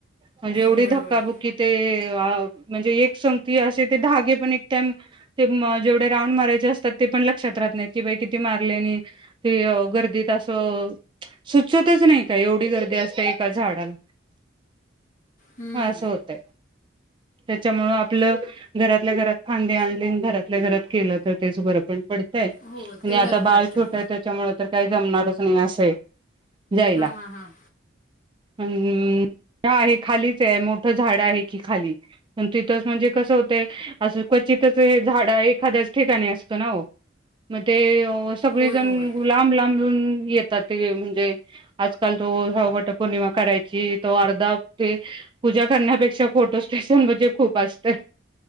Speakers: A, on the right; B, on the left.
A: म्हणजे एवढी
B: होय
A: धक्काबुक्की
B: होय
A: ते म्हणजे एक संगती असे ते धागे पण एक टाइम. ते जेवढे राऊंड मारयचे असतात ते पण लक्षात राहत नाही कि बाई किती मारले आणि की गर्दीत असं सुचतच नाही का एवढी गर्दी असते एका झाडाला.
B: हं.
A: हा असं होतय त्याच्यामुळं आपलं घरातल्या घरात खांदी आणली आणि घरातल्या घरात केलं तर तेच बरं पण पडतंय.
B: हो
A: आणि
B: ते
A: आता
B: बरं
A: बाळ
B: पडतंय
A: छोट आहे त्याच्यामुळे तर काही जमणारच नाही अस जायला
B: हां हां हां
A: अ हा आहे खालीच आहे मोठं झाड आहे की खाली पण तिथंच म्हणजे कसं होतंय असं क्वचितच झाड एखाद्याच ठिकाणी असतो ना हो मग ते सगळी
B: होय
A: जण
B: होय
A: लांब लांब लून येतात ते म्हणजे आजकाल तो हवट पौर्णिमा करायची तो अर्धा ते पूजा करण्यापेक्षा फोटो स्टेशन म्हणे खूप असते